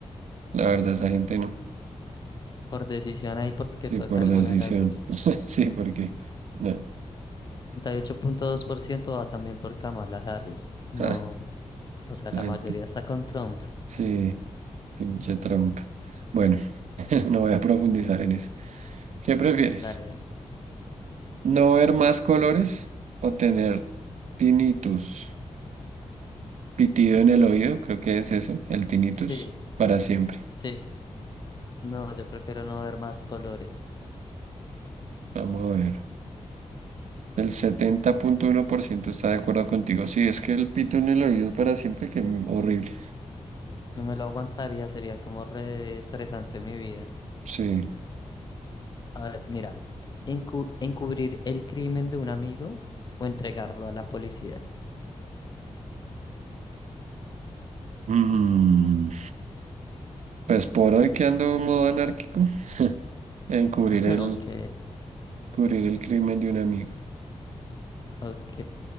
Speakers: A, on the right; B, on the left.
A: La verdad, esa gente no.
B: Por decisión ahí porque
A: Sí,
B: toca
A: por
B: alguna
A: decisión.
B: de las dos.
A: <laughs> Sí, porque no.
B: 48.2% va también por Kamala Harris. No,
A: Ah,
B: o sea,
A: la
B: la
A: gente.
B: mayoría está con Trump.
A: Sí, pinche trampa. Bueno, <laughs> no voy a profundizar en eso. ¿Qué prefieres?
B: Dale, dale.
A: ¿No ver más colores o tener tinnitus? Pitido en el oído, creo que es eso, el tinnitus,
B: Sí,
A: para siempre.
B: sí. No, yo prefiero no ver más colores.
A: Vamos a ver. El setenta punto uno por ciento está de acuerdo contigo. Sí, es que el pito en el oído para siempre, que horrible.
B: No me lo aguantaría, sería como re estresante mi vida.
A: Sí.
B: A ver, mira, encu- encubrir el crimen de un amigo o entregarlo a la policía.
A: Mm, Pues por hoy que ando modo anárquico. <laughs> Encubrir
B: <laughs>
A: el,
B: Ok,
A: cubrir el crimen de un amigo.
B: ok,